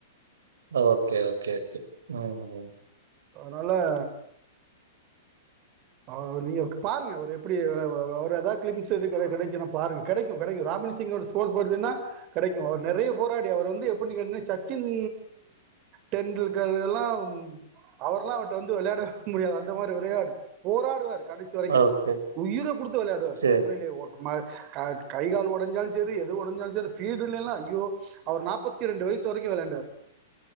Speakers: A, on the right; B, on the right.
A: ஓகே ஓகே ஓகே உம் உம்
B: அதுனால ஆ நீங்க் பாருங்க அவரு எப்டி அ அவ் அவரு அதா கிளிப்பிங்ஸ் எது கெடச் கெடச்சுனா பாருங்க கெடைக்கு கெடைக்கு ராபின் சிங்கோட ஸ்கோர் போர்டுன்னா கெடைக்கணு அவரு நெறையா போராடி அவரு வந்து எப்டிங்கனா சச்சின் டெண்டுல்கர் எல்லா அவர்லா அவர்ட்ட வந்து வெளையாடவே முடியாது அந்த மாரி விரையாடு போராடுவாரு கடைசி வரக்கு
A: ஓகே.
B: உயிர குடுத்து வெள்யாடுவாரு
A: சரி.
B: உண்மைலே ஓடு ம அ கை கால் ஒடஞ்சாலு செரி எது ஒடஞ்சாலு செரி ஃபீல்டுலேலா ஐயோ அவர் நாப்பத்தி ரெண்டு வய்சு வரக்கு வெளாயாண்டாரு